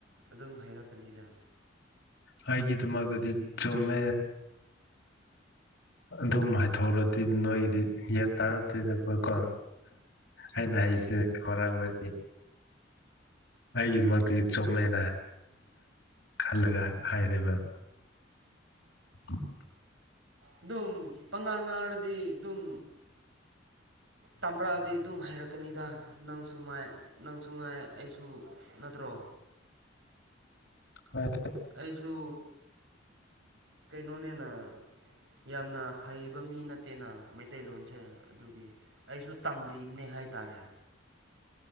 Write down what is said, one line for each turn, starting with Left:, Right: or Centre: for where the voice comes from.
Right: ꯑꯗꯨꯝ ꯍꯥꯏꯔꯛꯀꯅꯤꯗ
Left: ꯍꯥꯏꯒꯤꯦꯗꯨꯃꯗꯤ ꯁꯣꯃꯦ ꯑꯗꯨꯝ ꯍꯥꯏꯊꯣꯛꯔꯗꯤ ꯅꯣꯏꯗꯤ ꯒ꯭ꯌꯥꯟ ꯇꯥꯔꯗꯣꯏꯦꯗꯀꯣ ꯑꯩꯅ ꯍꯥꯏꯁꯦ ꯈꯔꯥꯡꯅꯗꯤꯦ ꯑꯩꯒꯤꯗꯃꯛꯇꯗꯤ ꯆꯨꯝꯃꯦꯅ ꯈꯜꯂꯒ ꯍꯥꯏꯔꯦꯕ <unintelligible>
Right: ꯑꯗꯨꯝ ꯄꯪꯉꯥꯡ ꯉꯥꯔꯗꯤ ꯑꯗꯨꯝ ꯇꯥꯔꯛꯑꯗꯤ ꯑꯗꯨꯝ ꯍꯩꯔꯛꯀꯅꯤꯗ ꯅꯪꯁꯨ ꯃꯥꯏ ꯅꯪꯁꯨ ꯉꯥꯏ ꯑꯩꯁꯨ ꯅꯠꯇ꯭ꯔꯣ
Left: ꯍ
Right: ꯑꯩꯁꯨ ꯀꯩꯅꯣꯅꯤꯅ ꯌꯥꯝꯅ ꯍꯩꯕ ꯃꯤ ꯅꯠꯇꯦꯅ ꯃꯩꯇꯩꯂꯣꯟꯁꯦ ꯑꯗꯨꯒꯤ ꯑꯩꯁꯨ ꯇꯝꯔꯤꯅꯦ ꯍꯥꯏꯇꯥꯔꯦ